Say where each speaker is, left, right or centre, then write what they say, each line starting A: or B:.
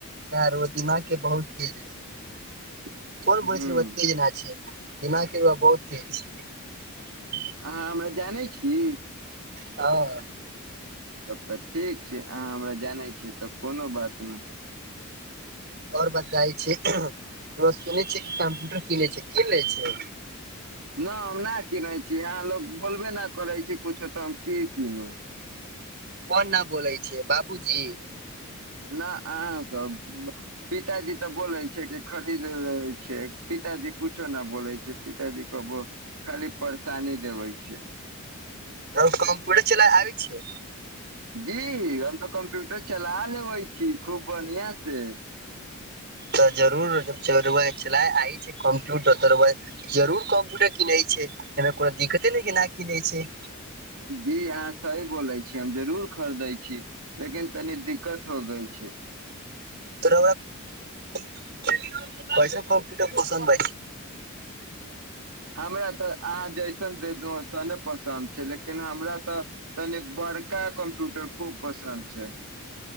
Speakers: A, on the right; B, on the right.
A: र ओ दिमाग के बहुत चेज छै।
B: ह्म
A: कोन ब छल ओ की ज अिय। दिमाग। बहुत तेज छीए।
B: अहाँ हमरा जानै छी।
A: हं।
B: तब तऽ ठीक छै अहाँ हमरा जानै छिय तऽ कोनो बात नई।
A: आओर बताै छै सुनै छ कि कम्प्यूटर कीनै छै की ले छै।
B: न हम नहि की रहै छी। छी अहाँ लोग बोलबे नहि करै छी कुछो तऽ हम की कीनू।
A: कोन न बोलय छै बाबूजी।
B: न अहाँ सब पिताजी तऽ बोले छै कि खरीद ले छै पिताजी कछो नहि बोले छै पिताजी को खाली परेशानी देबे छै।
A: त कम्प्यटर चला आब छै।
B: जी हम तऽ कम्प्यूटर चला लेबे छी खूब बढ़ियां से।
A: तऽ जरूर च आइ छै कं्प्यूटर तो जरूर कम्प्यूटर किनै छै। ओरा दिक्कते नहि के की नहि छै।
B: जी अहाँ सही बोलै छीिय हम जरूर खरीदै छी लेकिन तनी दिक्कत हो गई छै।
A: तर हमरा पैसा कम प पसन्द प।
B: हमरा तऽ अहाँ जैसन दे दू ओैसने पसन्द छै लेकिन हमरा तऽ तनि बड़का कम्प्यूटर खूब पसन्द छै।